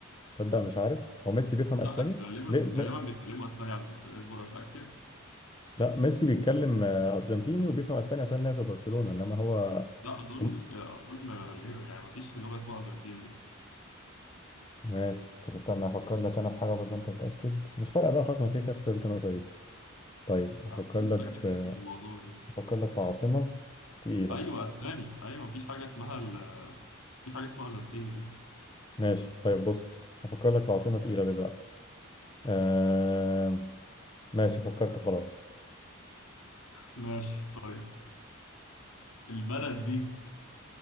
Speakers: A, on the left (about 20°); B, on the left (about 80°).
A: تصدق مش عارف هو ميسي بيفهم اسباني
B: لا غالبا
A: بي... م...
B: غالبا بيتكلموا اسباني على فكره اصبر اتاكد
A: لا ميسي بيتكلم آه، ارجنتيني وبيفهم اسباني عشان لعب في برشلونة انما هو
B: لا اظن
A: أم-
B: آه، اظن آه، ليه- يعني ما فيش لغه اسمها ارجنتيني
A: ماشي طب استنى هفكر
B: دي
A: لك انا في حاجة قبل ما انت تتأكد مش فارقة بقى خلاص ما كده كده خسرت النقطة دي طيب هفكر
B: على فكرة
A: لك
B: اتاكد
A: في
B: بس من الموضوع ده
A: هفكر لك في عاصمة تقيلة
B: ايوه اسباني ايوه مفيش حاجه اسمها ال... مفيش حاجه اسمها ارجنتيني دي
A: ماشي طيب بص هفكر لك في عاصمة تقيلة دلوقتي آه... ماشي فكرت خلاص
B: ماشي طيب البلد دي